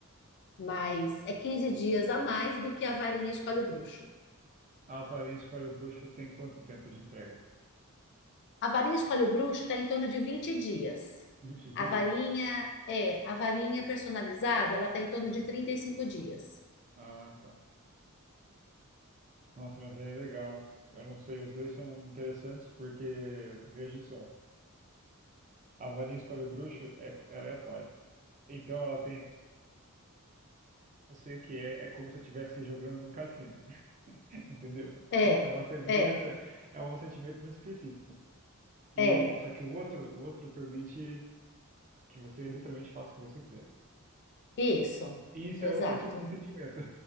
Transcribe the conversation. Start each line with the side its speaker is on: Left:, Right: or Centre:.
Left: mas é 15 dias a mais do que a varinha escolhe o bruxo.
Right: A varinha escolhe bruxa tem quanto tempo de entrega?
Left: A varinha escolhe o bruxo está em torno de 20 dias.
Right: 20 dias?
Left: A varinha é, a varinha personalizada, ela está em torno de trinta e cinco dias.
Right: Ah, tá. Nossa, mas aí é legal. Eu não sei, os dois são interessantes porque, veja só, a varinha escolhe o bruxo é, é aleatória. Então ela tem, não sei o que é, é como se eu estivesse jogando num cassino. <laughs> Entendeu?
Left: É,
Right: É uma coisa
Left: é,
Right: interessante. É um sentimento muito específico. E
Left: é,
Right: só que o outro, o outro permite que você literalmente faça o que você quiser.
Left: isso.
Right: E isso
Left: Exato.
Right: é outro tipo de sentimento.